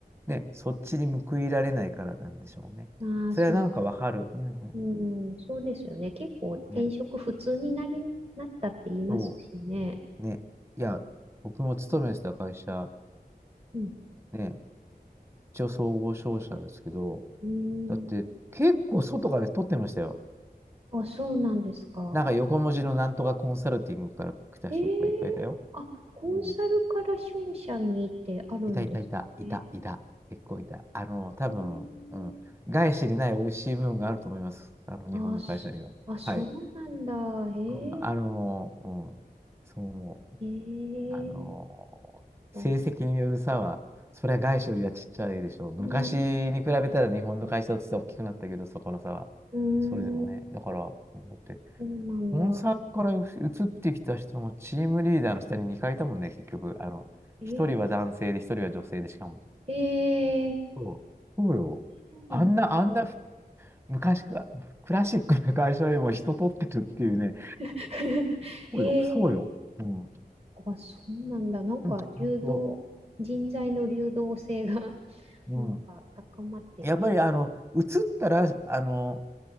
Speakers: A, on the right (about 15°); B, on the right (about 40°).
A: ね、そっちに報いられないからなんでしょうね。
B: ああ、
A: それはなんかわかる。
B: そう、
A: うんうんうん。
B: うん、そうですよね。結構転職普通になり、
A: ね、
B: なったって言いますしね。
A: そう。ね、いや、僕も勤めてた会社、
B: うん、
A: ね、一応総合商社ですけど、
B: うん、
A: だって結構外から取ってましたよ。
B: あ、そうなんですか。
A: なんか横文字のなんとかコンサルティングから来た人とかいっぱいいたよ。
B: ええあ、コンサルから商社にってあるんですね。
A: うんいたいたいた、いた、いた、結構いた。あの、多分、
B: ええ
A: うん、外資にない美味しい部分があると思います。あの、日本の会社には。
B: あ、し、あ、そうなんだ。
A: はい。
B: へえ、
A: うんあの、うん、そう思う。
B: へ
A: あの、
B: え、
A: 成績による差は、
B: はい。
A: それは外資よりはちっちゃいでしょう。昔に比べたら日本の会社として大きくなったけど、
B: うん、
A: そこの差は。
B: うーん、
A: それでもね、だから、うんだって、
B: そうなんだ。
A: コンサルから移ってきた人のチームリーダーの下に2回いいたもんね、結局。あの、
B: え、
A: 1人は男性で、一人は女性で、しかも。
B: へえ、
A: そう、そうよ。
B: そうなんだ。
A: あんな、あんな昔か、クラシックな会社でも人取ってるっていうね。
B: <laughs>
A: そうよ、
B: へえ、
A: そうよ。うん。
B: あ、そうなんだ。なんか、
A: うん、本当。
B: 流動、人材の流動性が <laughs>
A: うん。
B: なんか高まってる。
A: やっぱり、あの、移ったら、あの、